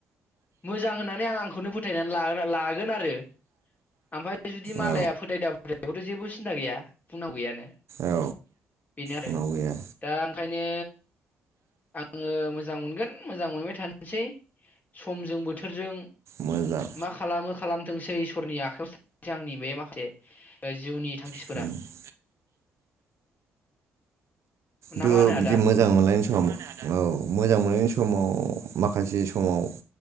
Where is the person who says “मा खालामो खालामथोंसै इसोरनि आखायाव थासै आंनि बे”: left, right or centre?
Left